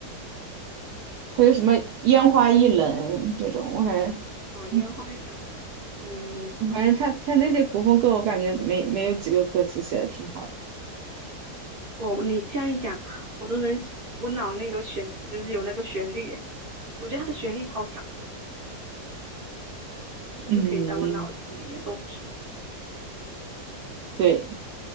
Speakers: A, on the right (about 75°); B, on the right (about 50°).
A: 还有什么烟花易冷这种，我感觉，
B: 哦，烟花易冷是什么？
A: 嗯反正他他那些古风歌，我感觉没没有几个歌词写的挺好的。
B: 哦，你这样一讲，我都能，我脑内都旋，就是有那个旋律，我觉得它的旋律超强的，就是可以在我脑子里面种植。
A: 嗯，对，